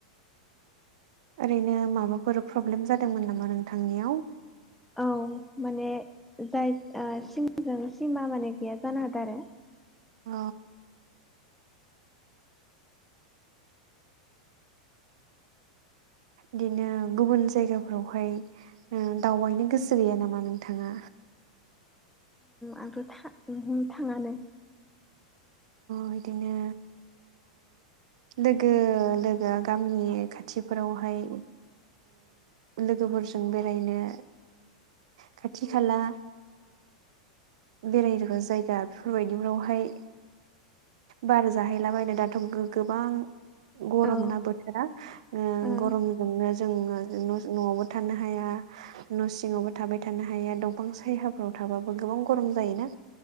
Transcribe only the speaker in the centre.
औ माने जाय सिमाजों सिमा माने गैया जानो हादों आरो।
आंथ' थ थाङानो
औ
ओ